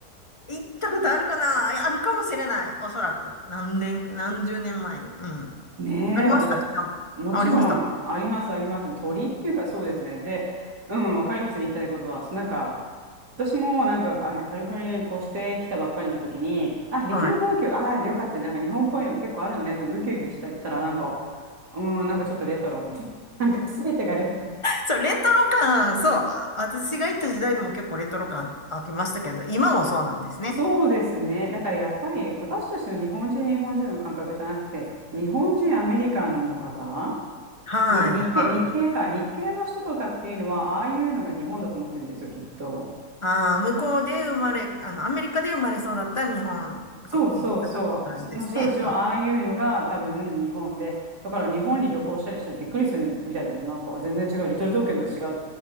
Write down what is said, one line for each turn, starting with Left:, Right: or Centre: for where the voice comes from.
Left: 行ったことあるかなあるかもしれない。おそらく。何年、何十年前に。うん。
Right: ねえ、
Left: ありましたかありましたか
Right: 私、もちろん、あります、あります。鳥っていうか、そうですね。で、うん、わかります、言いたいことは。なんか、私も、なんか、あれ、カリフォルニアに越してきたばっかりの時に、あ、リトル東京、
Left: はい。
Right: ああ、よかった、なんか日本っぽいのが結構あるよね、と、ウキウキしてたら、なんか、うん、なんかちょっとレトロみたいな。<laughs> なんか、すべてがレトロ。
Left: そう、レトロ感、そう、私が行った時代でも結構レトロ感ありましたけど、今もそうなんですね。
Right: そうですね。だからやっぱり私たちの日本人、日本人の感覚じゃなくて、日本人、アメリカンの方
Left: はい、
Right: に、日系、
Left: はい。
Right: 日系か。日系の人とかっていうのは、ああいうのが日本だと思ってるんですよ、きっと。
Left: ああ、向こうで生まれ、あの、アメリカで生まれそうだった日本国の方って感じですね。
Right: そうそうそう。その人たちは、
Left: うん
Right: ああいうのが多分日本で、だから日本に旅行したりしたらびっくりするみたいですよ。なんか、全然違う。リトル東京とは違う。